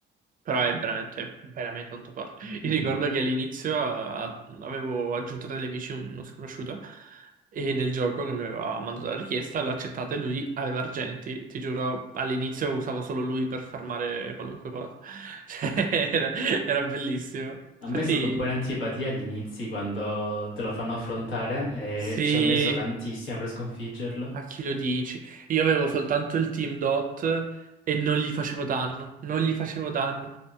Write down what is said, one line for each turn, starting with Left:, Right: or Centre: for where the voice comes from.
Right: Però è veramente, veramente tanto forte. Io
Left: Mhm.
Right: ricordo che all'inizio eh, avevo aggiunto tra gli amici uno sconosciuto e nel gioco che mi aveva mandato la richiesta l'ho accettata e lui aveva argenti. Ti giuro, all'inizio usavo solo lui per farmare qualunque cosa. <laughs> Cioè, era, era bellissimo.
Left: A
Right: Infatti,
Left: me è stato un po' in antipatia agli inizi quando te lo fanno affrontare
Right: sì,
Left: e ci ho messo tantissimo per sconfiggerlo.
Right: A chi lo dici? Io avevo soltanto il Team Dot e non gli facevo danno, non gli facevo danno.